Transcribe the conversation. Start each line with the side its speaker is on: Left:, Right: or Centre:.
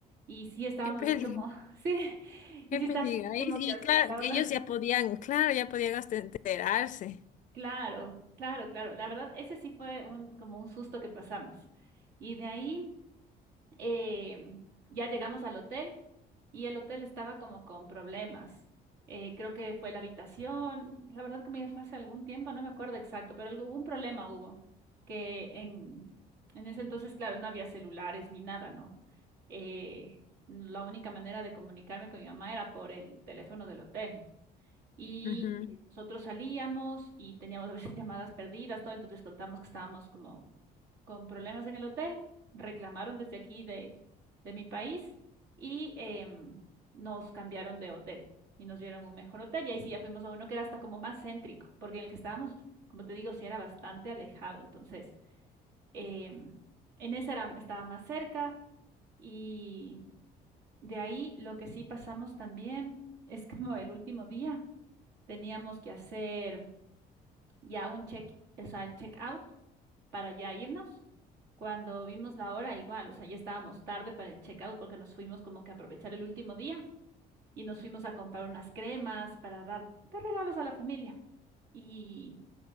Right: Y sí estábamos
Left: Qué peligro,
Right: así como, <laughs> sí,
Left: <laughs>
Right: y
Left: qué
Right: sí
Left: peligro.
Right: estábamos así
Left: Y,
Right: como
Left: y
Right: que asustadas.
Left: claro, ellos ya
Right: <laughs>
Left: podían, claro, ya podían hasta enterarse.
Right: Claro, claro, claro. La verdad, ese sí fue un, como un susto que pasamos. Y de ahí... eh, ya llegamos al hotel y el hotel estaba como con problemas. Eh, creo que fue la habitación, la verdad como ya fue hace algún tiempo, no me acuerdo exacto, pero algún un problema hubo, que en, en ese entonces, claro, no había celulares ni nada, ¿no? Eh, la única manera de comunicarme con mi mamá era por el teléfono del hotel. Y
Left: Ujú.
Right: eh, nosotros salíamos y teníamos <laughs> a veces llamadas perdidas, todo, entonces les contamos que estábamos como con problemas en el hotel, reclamaron desde aquí de, de mi país y em, nos cambiaron de hotel y nos dieron un mejor hotel. Y ahí sí ya fuimos a uno que era hasta como más céntrico, porque en el que estábamos, como te digo, sí era bastante alejado. Entonces, em, en ese era, estaba más cerca y de ahí lo que sí pasamos también es como el último día teníamos que hacer ya un check, o sea, el check out para ya irnos. Cuando vimos la hora, igual, o sea, ya estábamos tarde para el checkout porque nos fuimos como que a aprovechar el último día y nos fuimos a comprar unas cremas para dar de regalos a la familia. Y